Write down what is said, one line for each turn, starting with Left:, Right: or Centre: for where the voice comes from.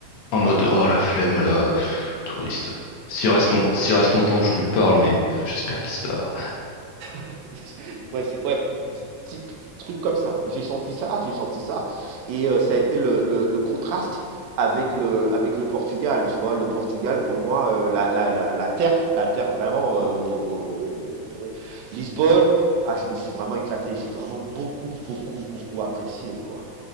Left: En mode, oh la flemme là, pff, touriste. S'il reste long- s'il reste longtemps, je lui parle, mais j'espère qu'il se barre.
Right: <laughs> Ouais, c'est, ouais, petit, petit truc comme ça. J'ai senti ça, j'ai senti ça. Et euh, ça a été le, le, le contraste avec le, avec le Portugal, tu vois. Le Portugal, pour moi, euh, la, la, la, la terre, la terre vraiment, euh, au- au- euh, Lisbonne, ah, je me suis vraiment éclaté. J'ai vraiment beaucoup, beaucoup, beaucoup apprécié, quoi.